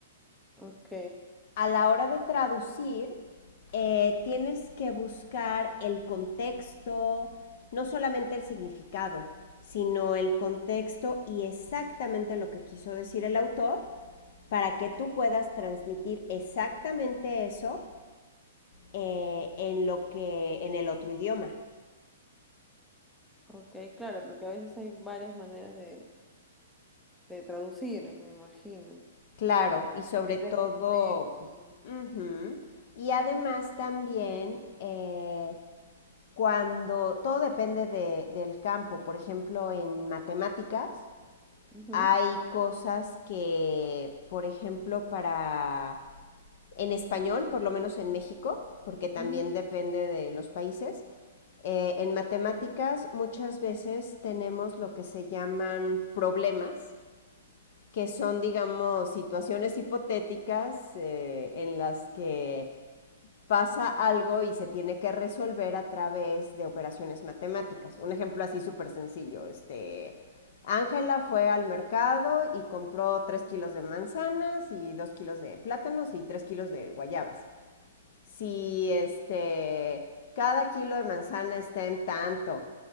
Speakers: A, in the centre; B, on the left (about 50°).
A: ok,
B: a la hora de traducir, eh, tienes que buscar el contexto, no solamente el significado, sino el contexto y exactamente lo que quiso decir el autor para que tú puedas transmitir exactamente eso eh, en lo que en el otro idioma.
A: ok, claro, porque a veces hay varias maneras de, de traducir, me imagino.
B: Claro, y sobre
A: Depende
B: todo,
A: del contexto.
B: ujú, y además también eh, cuando todo depende de, del campo, por ejemplo, en matemáticas
A: Ujú,
B: hay cosas que, por ejemplo, para en español, por lo menos en México, porque también
A: ujú.
B: depende de los países, eh, en matemáticas muchas veces tenemos lo que se llaman problemas, que son, digamos, situaciones hipotéticas eh, en las que pasa algo y se tiene que resolver a través de operaciones matemáticas. Un ejemplo así súper sencillo, este, Ángela fue al mercado y compró 3 kilos de manzanas y 2 kilos de plátanos y 3 kilos de guayabas. Si este, cada kilo de manzana está en tanto,